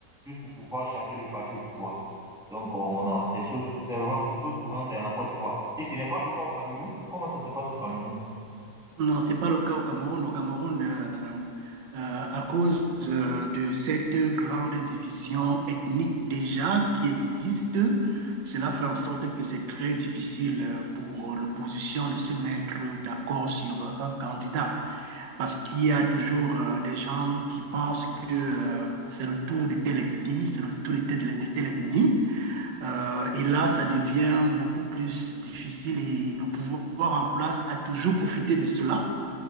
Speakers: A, in the centre; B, on the right.
A: juste pour pouvoir chasser le parti au pouvoir. Donc, on a, c'est chose, c'est vraiment chose courante hein, en Côte d'Ivoire. Et ce n'est pas le cas au Cameroun. Comment ça se passe au Cameroun?
B: Non, c'est pas le cas au Cameroun. Au Cameroun, euh, euh, à cause euh, de cette grande division ethnique déjà qui existe, cela fait en sorte que c'est très difficile euh, pour l'opposition de se mettre d'accord sur un candidat parce qu'il y a toujours euh, des gens qui pensent que euh, c'est le tour de telle ethnie, c'est le tour de telle, de telle ethnie. Euh, et là, ça devient beaucoup plus difficile et le pouvoir en place a toujours profité de cela